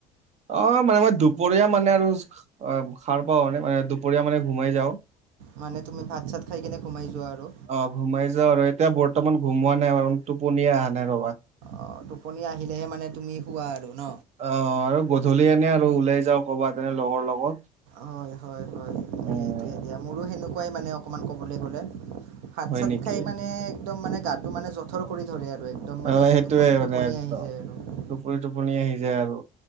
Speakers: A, on the right; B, on the right.
A: অ মানে মই দুপৰীয়া মানে আৰু অ সাৰ পাওঁ মানে মানে দুপৰীয়া মানে ঘুমাই যাওঁ
B: মানে তুমি ভাত চাত খাই কিনে সোমাই যোৱা আৰু
A: অ ঘুমাই যাও আৰু এতিয়া বৰ্তমান ঘুমোৱা নাই বাৰু টোপনীয়া অহা নাই ৰবা
B: অঁ টোপনি আহিলেহে মানে তুমি শোৱা আৰু ন
A: অ আৰু গধূলি এনে আৰু ওলাই যাওঁ ক'বাত তেনে লগৰ লগত
B: হয় হয় হয়
A: উম
B: সেইটোৱে দিয়া মোৰো সেনেকুৱাই মানে অকণমান ক'বলৈ গ'লে ভাত
A: হয়
B: চাত
A: নেকি
B: খাই মানে একদম মানে গাটো মানে জথৰ কৰি ধৰে আৰু একদম মানে
A: অ সেইটোয়ে
B: টোপনি
A: মানে
B: টোপনি
A: একদম
B: আহি যায় আৰু
A: টোপনি টোপনি আহি যায় আৰু